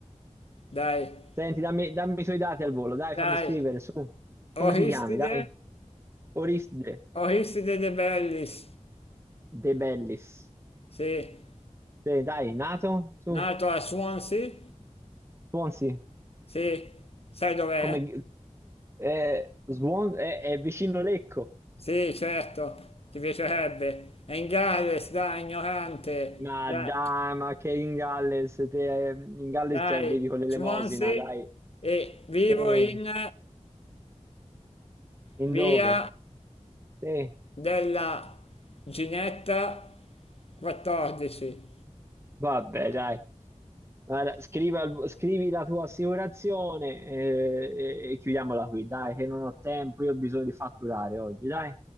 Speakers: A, on the left (about 50°); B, on the right (about 20°).
A: Dai,
B: Senti, dammi, dammi i tuoi dati al volo, dai,
A: dai.
B: fammi scrivere su. Come
A: Oristide?
B: ti chiami, dai? Oristide
A: Aristide De Bellis,
B: De Bellis.
A: sì,
B: Sì, dai, nato? Su,
A: nato a Swansea,
B: Swansea.
A: sì, sai dov'è?
B: Come... Eh, Swan... eh, è vicino Lecco.
A: Sì, certo, ti piacerebbe. È in Galles, dai, ignorante,
B: Ma
A: dai,
B: dai, ma che in Galles, te, eh, in Galles
A: dai,
B: ci arrivi con l'elemosina,
A: Swansea
B: dai.
A: e vivo
B: Sì,
A: in
B: in
A: via
B: dove? Sì,
A: della Ginetta 14.
B: vabbè, dai. Guarda, scrivi, al- scrivi la tua assicurazione eh, e, e chiudiamola qui, dai, che non ho tempo, io ho bisogno di fatturare oggi, dai.